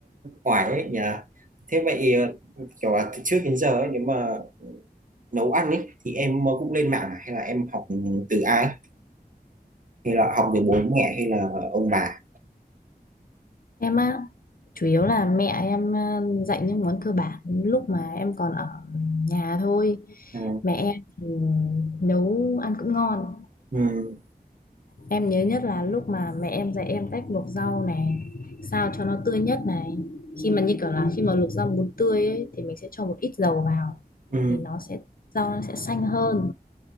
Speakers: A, on the right; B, on the left.
A: uh, ấy nhỉ thế vậy ờ, kiểu là từ trước đến giờ ấy, nếu mà nấu ăn ấy thì em ờ, cũng lên mạng à? hay là em học từ ai hay là học từ bố mẹ hay là ông bà
B: Em á chủ yếu là mẹ em à, dạy những món cơ bản lúc mà em còn ở nhà thôi.
A: ừ,
B: Mẹ em thì nấu ăn cũng ngon
A: ừ,
B: Em nhớ nhất là lúc mà mẹ em dạy em cách luộc rau này, sao cho nó tươi nhất này. Khi mà như kiểu là khi mà luộc rau muốn tươi ấy, thì mình sẽ cho một ít dầu vào
A: ừ,
B: thì nó sẽ rau nó sẽ xanh hơn.